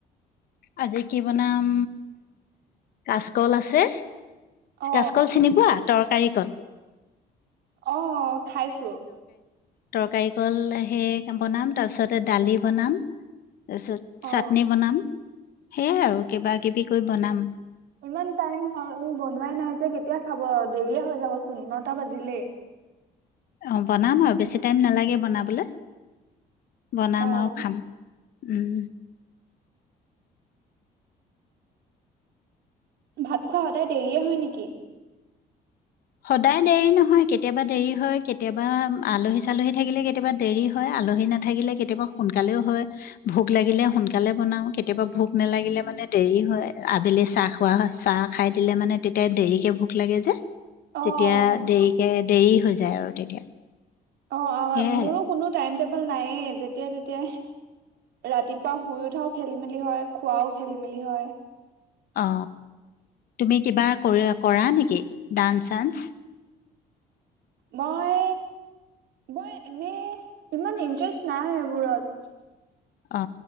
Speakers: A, on the left; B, on the right.
A: আজি কি বনাম কাচকল আছে
B: অ
A: কাচকল চিনি পোৱা তৰকাৰ কল
B: অ খাইছো
A: তৰকাৰিকল সে বনাম তাৰপিছতে দালি বনাম তাৰপিছত
B: অ
A: চাত সেইয়াই আৰু কিবা কিবি কৈ বনাম
B: ইমান টাইম হয় বনোৱাই নাই যে কেতিয়া খাব দেৰিয় হৈ যাব চো নটা বাজিলেই
A: অ বনাম আৰু বেছি টাইম নালাগে বনাবলৈ বনাম
B: অ',
A: আৰু খাম উম
B: ভাত খোৱা সদায় দেৰিয়ে হয় নেকি
A: সদায় দেৰি নহয় কেতিয়াবা দেৰি হয় কেতিয়াবা আলহী চালহী থাকিলে কেতিয়াবা দেৰি হয় আলহী নাথাকিলে কেতিয়াবা সোনকালেও হয় ভোক লাগিলে সোনকালে বনাও কেতিয়াবা ভোক নালাগিলে মানে দেৰি হয় আবেলি চাহ খোৱা হয় চাহ খাই দিলে মানে তেতিয়া দেৰিকে ভোক লাগে যে
B: অ অ',
A: তেতিয়া দেৰিকে দেৰি হৈ যায় আৰু তেতিয়া
B: অ
A: সেয়াই
B: মোৰো কোনো টাইম েবল নাইে যেতিয়া তেতিয়া ৰাতিপুৱা শুই উঠাও খেলি মেলি হয় খোৱাও খেলি মেলি হয়
A: অ তুমি কিবা কৰি কৰা নেকি ডান্স চানস
B: মই মই এনেই ইমান ইন্টাৰেষ্ট নাই এইবোৰত
A: অ